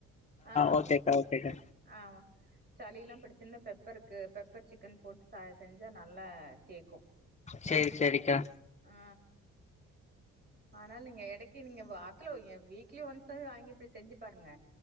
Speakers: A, on the right; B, on the left.
A: ஆ
B: ஓகேக்கா ஓகேக்கா
A: ஆ சளிலா பிடிச்சிருந்தா பெப்பருக்கு பெப் ப்பர் சிக்கன் போட்டு சா செஞ்சா நல்லா கேக்கும்
B: சேரி சேரிக்கா
A: ஆ ஆனால் நீங்க எடைக் கி நீங்க வார்த்துல ஓ ஏ வீக்லி ஒன்ஸ் <unintelligible> வாங்கிப் ப்புடி செஞ்சு பாருங்க